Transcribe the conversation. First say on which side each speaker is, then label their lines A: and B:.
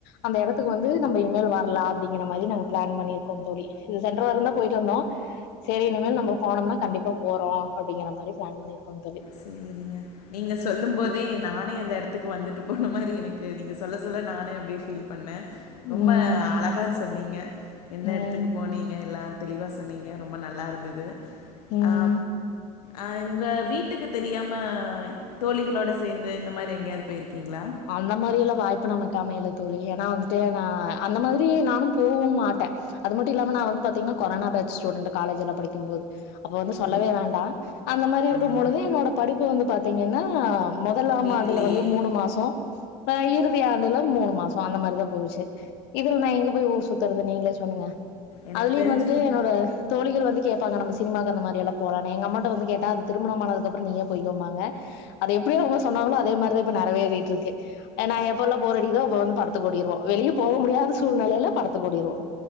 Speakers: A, on the left (about 60°); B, on the left (about 75°).
A: அந்த எடத்துக்கு வந்து நம்ம இனிமேல் வர்லா அப்டிங்க மாரி நாங்க ப்ளான் பண்ணிருக்கோ தோழி இது சென்ற வாரந்தா போயிட்டு வந்தோ செரி இனிமேல் நம்ம போனோமுனா கண்டிப்பா போறோ அப்டிங்கிற மாரி ப்ளான் பண்ணிருக்கோம் தோழி
B: செரிங்க நீங்க சொல்லு போதே நானே அந்த எடத்துக்கு வந்துட்டு போன மாரி எனக்கு நீங்க சொல்ல சொல்ல நானே அப்டி ஃபீல் பண்ணே ரொம்ப
A: ம்
B: அழகா சொன்னீங்க எந்த
A: ம்
B: எடத்துக்கு போனீங்க எல்லா தெளிவா சொன்னீங்க ரொம்ப நல்லா இருந்தது
A: ம்
B: ஆ ஆ உங்க வீட்டுக்கு தெரியாம தோழிகளோட சேந்து இந்த மாரி எங்கயாவது போயிருக்கீங்களா
A: அந்த மாரியல்லா வாய்ப்பு நமக்கு அமையல தோழி ஏனா வந்துட்டு நா அந்த மாதிரி நானு போகவு மாட்ட அதுமட்டு இல்லாம நா வந்து பாத்தீங்கன்னா கொரோனா பேட்ச் ஸ்டூடண்ட் காலேஜெல்லா படிக்கு போது அப்ப வந்து
B: ஓ,
A: சொல்லவே வேண்டா அந்த மாரி இருக்கும்
B: ஆமா
A: பொழுது என்னோட படிப்பு வந்து பாத்தீங்கன்னா அ மொதலாம்
B: வீட்லயே
A: ஆண்டுல வந்து மூணு மாசோ ஆ இறுதி ஆண்டுல மூணு மாசோ அந்த மாரிதா போச்சே இதுல நா எங்க போய் ஊர் சுத்துறது நீங்ளே சொல்லுங்க
B: எனக்கு
A: அதுலியு
B: தெரிஞ்சு
A: வந்துட்டு என்னோட தோழிகள் வந்து கேப்பாங்க நம்ம சினிமாக்கு அந்த மாரியெல்லா போலானு எங்க அம்மாட்ட வந்து கேட்டா அது திருமணமானதுக்கப்றோ நீயே போய்க்கோம்பாங்க அது எப்டியவுங்க சொன்னாங்களோ அதே மாரிதா இப்ப நெறவேறிட்ருக்கு அ நாங்க எப்பொல்லா போரடிக்குதோ அப்ப வந்து படத்துக்கோடிருவோ வெளிய போக முடியாத சூழ்நிலைல படத்துக் ஓடிருவோ